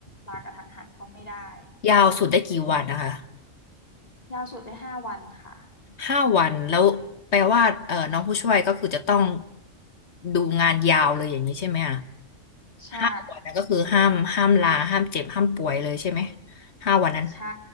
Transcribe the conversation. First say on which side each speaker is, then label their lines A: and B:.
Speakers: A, on the left (about 30°); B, on the left (about 60°).
A: ลากระทันหันก็ไม่ได้
B: ยาวสุดได้กี่วันนะคะ
A: อืมยาวสุดได้ห้าวันค่ะ
B: ห้าวันแล้วแปลว่าเออน้องผู้ช่วยก็คือจะต้องดูงานยาวเลยอย่างนี้ใช่ไหมอะ
A: ใช่
B: ห้าวันนั้นก็คือห้ามห้ามลาห้ามเจ็บห้ามป่วยเลยใช่ไหมห้าวันนั้น
A: ใช่